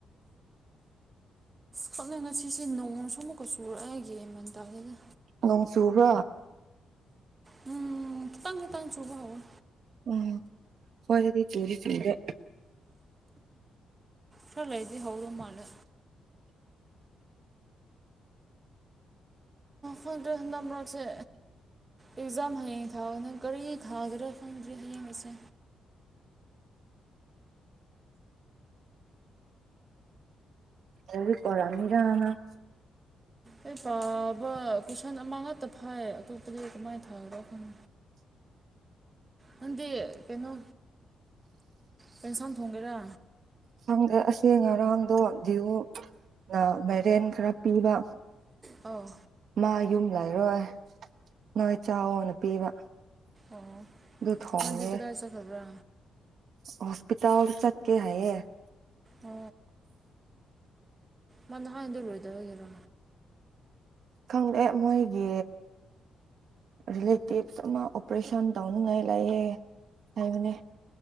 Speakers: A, on the right; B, on the right.
A: ꯈꯛꯅ ꯉꯁꯤꯁꯦ ꯅꯣꯡꯃꯁꯨ ꯑꯃꯨꯛꯀ ꯆꯨꯔꯛꯑ ꯑꯩꯒꯤ ꯒ꯭ꯌꯥꯟ ꯃꯦꯟꯇꯥꯗꯦꯗ
B: ꯅꯣꯡ ꯆꯨꯕ꯭ꯔ
A: ꯎꯝ ꯈꯤꯇꯪ ꯒꯤꯇꯪ ꯆꯨꯕ ꯍꯧꯋꯦ
B: ꯎꯝ ꯍꯣꯏꯗꯗꯤ ꯆꯨꯗꯤ ꯆꯨꯗꯦ
A: ꯈꯔꯥ ꯂꯩꯥꯗꯤ ꯍꯧꯗꯧ ꯃꯥꯂꯦ ꯈꯪꯗ꯭ꯔꯦ ꯍꯟꯗꯛ ꯃꯔꯛꯁꯦ ꯑꯦꯛꯖꯥꯝ ꯍꯌꯦꯡ ꯊꯥꯒꯅꯤ ꯀꯔꯤ ꯊꯥꯗꯒ꯭ꯔ ꯈꯪꯗ꯭ꯔꯤ ꯍꯌꯦꯡꯒꯤꯁꯦ
B: ꯑꯗꯨꯗꯤ <unintelligible>
A: ꯑꯩ ꯄꯥꯕ ꯀꯣꯏꯁꯟ ꯑꯃ ꯉꯥꯛꯇ ꯐꯥꯏ ꯑꯇꯣꯞꯄꯗꯤ ꯀꯃꯥꯏꯅ ꯊꯥꯒꯗ꯭ꯔꯥ ꯈꯪ ꯅꯪꯗꯤ ꯀꯩꯅꯣ ꯀꯩꯁꯥꯡ ꯊꯣꯡꯒꯦꯔꯥ
B: ꯈꯪꯗꯦ ꯑꯁꯦ ꯉꯔꯥꯡꯗꯣ ꯌꯨꯔꯨꯝ ꯃꯥꯏꯔꯦꯟ ꯈꯔ ꯄꯤꯕ
A: ꯑꯣ
B: ꯃꯥ ꯌꯨꯝ ꯂꯩꯔꯣꯏ ꯅꯣꯏ ꯆꯥꯎꯋꯣꯅ ꯄꯤꯕ
A: ꯑꯣ
B: ꯑꯗꯨ ꯊꯣꯡꯉꯦ
A: ꯃꯥꯗꯤ ꯀꯗꯥꯏ ꯆꯠꯈꯕ꯭ꯔꯥ
B: ꯍꯣꯁꯄꯤꯇꯥꯜ ꯆꯠꯀꯦ ꯍꯥꯏꯌꯦ
A: ꯑ ꯃꯥ ꯅꯍꯥꯟꯗꯨ ꯂꯣꯏꯗꯕꯒꯤꯔꯣ
B: ꯈꯪꯗꯦ ꯃꯣꯏꯒꯤ ꯔꯤꯂꯦꯇꯤꯚ ꯑꯃ ꯑꯣꯄꯔꯦꯁꯟ ꯇꯧꯅꯤꯡꯉꯥꯏ ꯂꯩꯌꯦ ꯍꯥꯏꯕꯅꯦ